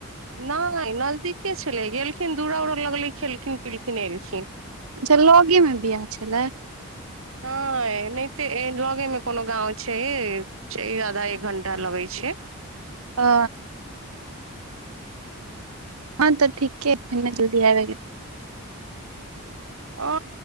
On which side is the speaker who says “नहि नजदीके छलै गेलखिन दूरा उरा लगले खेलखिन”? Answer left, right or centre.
Right